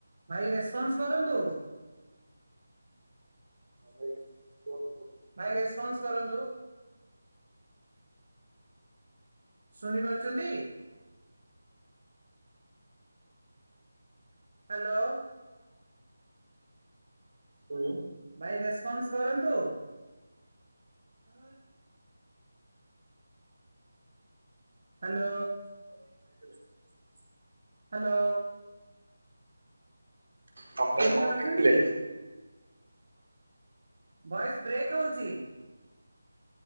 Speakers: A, on the right; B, on the right.
A: ଭାଇ ରେସପନ୍ସ କରନ୍ତୁ।
B: ଭାଇ କୁହନ୍ତୁ କୁହନ୍ତୁ।
A: ଭାଇ ରେସପନ୍ସ କରନ୍ତୁ। ଶୁଣି ପାରୁଛନ୍ତି। ହାଲୋ।
B: ହୁଁ।
A: ଭାଇ ରେସପନ୍ସ କରନ୍ତୁ। ଆଁ। ହାଲୋ।
B: <inaudible>
A: ହାଲୋ।
B: ସନ୍ଧ୍ୟାବେଳେ
A: ଶୁଣି
B: କଣ
A: ପାରୁଛନ୍ତି?
B: ଖାଇଥିଲେ?
A: ଭଏସ୍ ବ୍ରେକ୍ ହଉଛି।